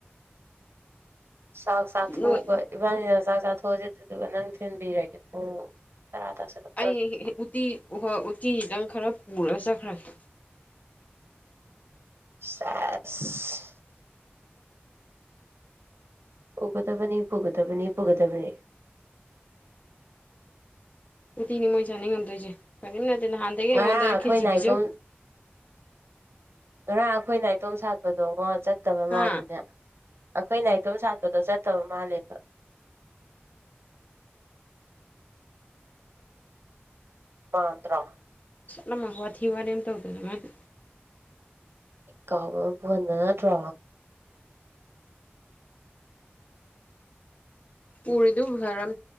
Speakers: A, on the right; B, on the left.
A: ꯆꯥꯛ ꯆꯊꯣꯛꯑꯒ
B: ꯅꯣꯏ
A: ꯏꯕꯥꯅꯤꯅ ꯆꯥꯛ ꯆꯥꯊꯣꯛꯑꯁꯤ ꯑꯗꯨꯒ ꯅꯪ ꯊꯤꯟꯕꯤꯔꯒꯦ ꯀꯣ ꯇꯔꯥ ꯇꯥꯁꯤꯜꯂꯛ
B: ꯑꯩ ꯎꯇꯤ ꯎꯇꯤ ꯗꯪ ꯈꯔ ꯄꯨꯔꯒ ꯆꯠꯈ꯭ꯔꯒꯦ
A: ꯁꯦꯁ ꯄꯨꯒꯗꯕꯅꯤ ꯄꯨꯒꯗꯕꯅꯤ ꯄꯨꯒꯗꯕꯅꯤ
B: ꯎꯇꯤꯅꯤ ꯃꯣꯏ ꯆꯥꯅꯤꯡ ꯉꯝꯗꯣꯏꯁꯦ ꯀꯔꯤꯝ ꯅꯠꯇꯦ ꯅꯍꯥꯟꯗꯒꯤ
A: ꯉꯔꯥꯡ
B: ꯑꯩꯉꯣꯟꯗ
A: ꯑꯩꯈꯣꯏ
B: ꯈꯦꯆꯤ
A: ꯅꯥꯏꯇꯣꯝ
B: ꯄꯤꯖꯧ
A: ꯉꯔꯥꯡ ꯑꯩꯈꯣꯏ ꯅꯥꯏꯇꯣꯝ ꯁꯥꯠꯄꯗꯣꯉꯣ ꯆꯠꯇꯕ
B: ꯍꯥ
A: ꯃꯥꯜꯂꯤꯅꯦ ꯑꯈꯣꯏ ꯅꯥꯏꯇꯣꯝ ꯁꯥꯠꯄꯗꯣ ꯆꯠꯇꯕ ꯃꯥꯜꯂꯦꯕ ꯃꯥꯟꯗ꯭ꯔꯣ
B: ꯆꯠꯂꯝ ꯃꯣꯢ ꯋꯥꯊꯤ ꯋꯥꯔꯦꯝ ꯇꯧꯗꯅ ꯃꯣꯏꯅꯦ
A: ꯀꯥꯎꯕ ꯑꯃ ꯄꯨꯍꯟꯗ ꯅꯠꯇ꯭ꯔꯣ
B: ꯄꯨꯔꯤꯗꯨ ꯐꯔꯝ